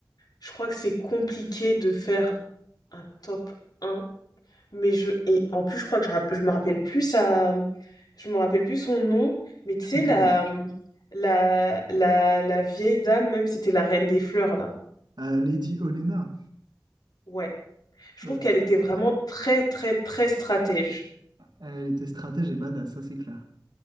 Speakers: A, on the left (about 65°); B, on the right (about 75°).
A: je crois que c'est compliqué de faire un top un, mais je et en plus, je crois que je, rapp- je me rappelle plus ça, je me rappelle plus son nom, mais tu
B: Je
A: sais
B: peux t'aider.
A: la la la la vieille dame, même c'était la reine des fleurs là.
B: Euh, Lady Olenna,
A: Ouais, je trouve
B: Euh,
A: qu'elle était vraiment très très très stratège.
B: elle était stratège et badass, ça c'est clair.